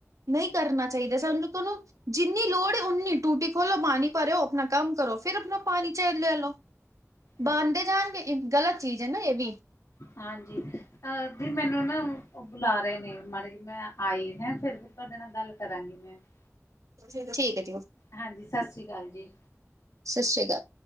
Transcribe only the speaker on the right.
ਨਈਂ ਕਰਨਾ ਚਾਈਦਾ, ਸਾਨੂੰ ਲੋਕਾਂ ਨੂੰ ਜਿੰਨੀ ਲੋੜ ਏ ਓਨੀ ਟੂਟੀ ਖੋਲੋ ਪਾਣੀ ਭਰੋ ਅਪਨਾ ਕੰਮ ਕਰੋ, ਫਿਰ ਆਪਣਾ ਪਾਣੀ ਚਾਏ ਲੈਲੋਬਣਦੇ
ਜਾਣਗੇ। ਇੱਕ ਗ਼ਲਤ ਚੀਜ ਏਨਾ ਏ ਵੀ।
ਚਲੋ ਠੀਕੈ ਜੀ, ਓ
ਸਸ਼ ਸ਼੍ਰੀ ਅਕਾਲ।